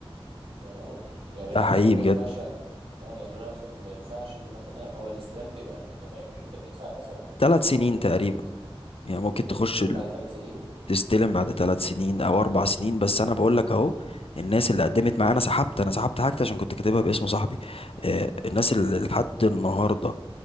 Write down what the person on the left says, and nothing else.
ده
حقيقي
بجد
ثلاث
سنين
تقريبا
يعني ممكن
تخش
تستلم بعد ثلاث سنين او اربع سنين بس انا بقول لك اهو الناس اللي قدمت معايا انا سحبت انا سحبت حاجتي عشان كنت كاتبها باسم صاحبي آه، الناس اللي لحد النهارده